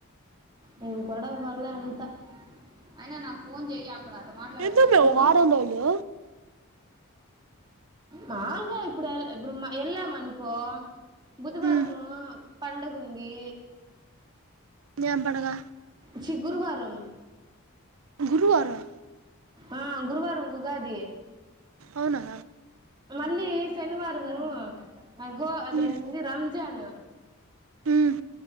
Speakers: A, on the right (about 20°); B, on the right (about 70°).
A: నేను గొడవ వల్లే అంత అయినా నాకు ఫోన్ చెయ్యాకు నాక్
B: ఎందమ్మే
A: కదా
B: వారం రోజులు
A: మాల్గాల్ ఇప్పుడు ఇప్పుడు ఏళ్ల మనుకో బుధవారము
B: ఉమ్
A: పండగుంది.
B: ఏం పండగ
A: చీ గురువారం
B: గురువారం
A: ఆ గురువారం ఉగాది
B: అవునా
A: మళ్ళీ శనివారము గో అదేందీ
B: ఉమ్
A: రంజాన్
B: ఉమ్